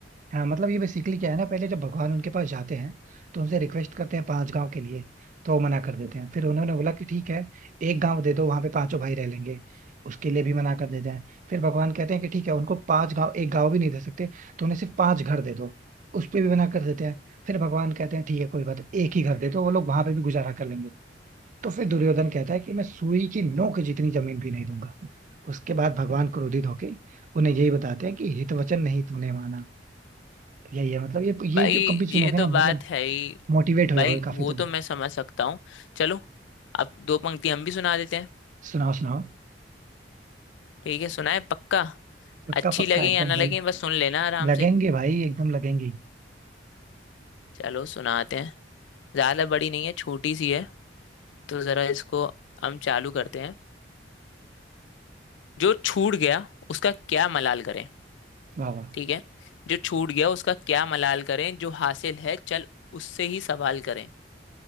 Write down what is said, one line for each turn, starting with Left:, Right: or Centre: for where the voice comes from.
Right: हाँ मतलब ये बेसिकली क्या है ना पहले जब भगवान उनके पास जाते हैं तो उनसे रिक्वेस्ट करते हैं पांच गांव के लिए तो वो मना कर देते हैं फिर उन्होंने बोला कि ठीक है एक गांव दे दो वहां पे पांचों भाई रह लेंगे उसके लिए भी मना कर देते हैं फिर भगवान कहते हैं कि ठीक है उनको पांच गांव एक गांव भी नहीं दे सकते तो उन्हें सिर्फ पांच घर दे दो उस पे भी मना कर देते हैं फिर भगवान कहते हैं ठीक है कोई बात नहीं, एक ही घर दे दो वो लोग वहां पे भी गुजारा कर लेंगे तो फिर दुर्योधन कहता है कि मैं सुई की नोक जितनी जमीन भी नहीं दूंगा उसके बाद भगवान क्रोधित होके उन्हें यही बताते हैं कि हित वचन नहीं तूने माना यही है मतलब ये
Left: भाई
Right: ये जो कभी सुनोगे
Left: ये
Right: ना
Left: तो बात
Right: मतलब
Left: है ही
Right: मोटिवेट हो
Left: भाई
Right: जाओगे
Left: वो
Right: काफी तुम
Left: तो मैं समझ सकता हूँ चलो अब दो पंक्ति हम भी सुना देते हैं
Right: सुनाओ सुनाओ
Left: ठीक है सुनाए पक्का
Right: पक्का
Left: अच्छी
Right: पक्का
Left: लगे
Right: एकदम
Left: या ना लगे
Right: भाई
Left: बस सुन लेना आराम
Right: लगेंगे
Left: से
Right: भाई एकदम लगेंगे
Left: चलो सुनाते हैं ज्यादा बड़ी नहीं है छोटी सी है तो जरा इसको हम चालू करते हैं जो छूट गया उसका क्या मलाल करें
Right: वाह वाह
Left: ठीक है जो छूट गया उसका क्या मलाल करें जो हासिल है चल उससे ही सवाल करें